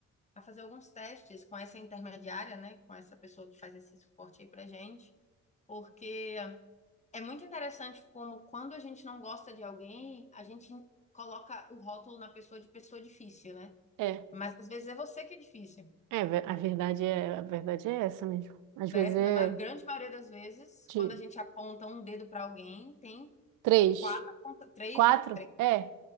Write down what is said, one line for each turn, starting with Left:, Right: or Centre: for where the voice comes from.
Left: a fazer alguns testes com essa intermediária, né? Com essa pessoa que faz esse suporte aí pra gente. Porque é muito interessante como quando a gente não gosta de alguém, a gente coloca o rótulo na pessoa de pessoa difícil, né?
Right: É.
Left: Mas às vezes é você que é difícil.
Right: É, ve- a verdade é, a verdade é essa mesmo. Às
Left: né?
Right: vezes é
Left: Na ma- grande maioria das vezes,
Right: de
Left: quando a gente aponta um dedo para alguém, tem
Right: três,
Left: quatro, aponta- três,
Right: quatro,
Left: né? Três,
Right: é,